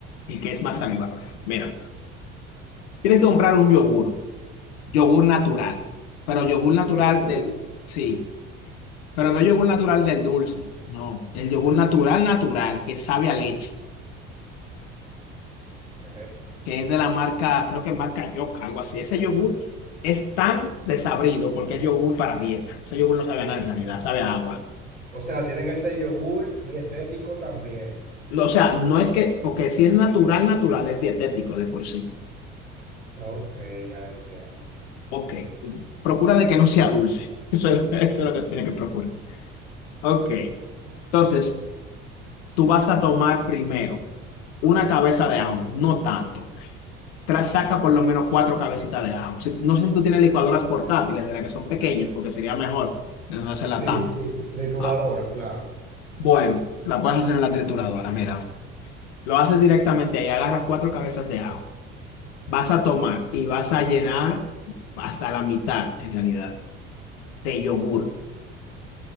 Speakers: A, on the left; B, on the right.
A: y que es más saludable. Mira. Tienes que comprar un yogur, yogur natural, pero yogur natural
B: Yogur.
A: del, sí, pero no yogur natural del dulce, no, el yogur natural natural que sabe a leche,
B: Ok.
A: que es de la marca, creo que marca Yoka, algo así. Ese yogur es tan desabrido porque es yogur para dieta. Ese yogur no sabe a nada en realidad, sabe a agua.
B: O sea, tiene que ser yogur dietético también.
A: No, O sea, no es que, porque si es natural, natural, es dietético de por sí.
B: Ok, ya entiendo.
A: Ok, procura de que no sea dulce. <laughs> Eso es, eso es lo que tiene que procurar. Ok, entonces... tú vas a tomar primero una cabeza de ajo, no tanto. Tra- saca por lo menos cuatro cabecitas de ajo. Si- no sé si tú tienes licuadoras portátiles de las que son pequeñas, porque sería mejor de no hacerla
B: Sí,
A: tanto.
B: sí. Trituradora,
A: Ah,
B: claro.
A: bueno, la puedes hacer en la trituradora, mira. Lo haces directamente ahí, agarras cuatro cabezas de ajo. Vas a tomar y vas a llenar hasta la mitad, en realidad, de yogur.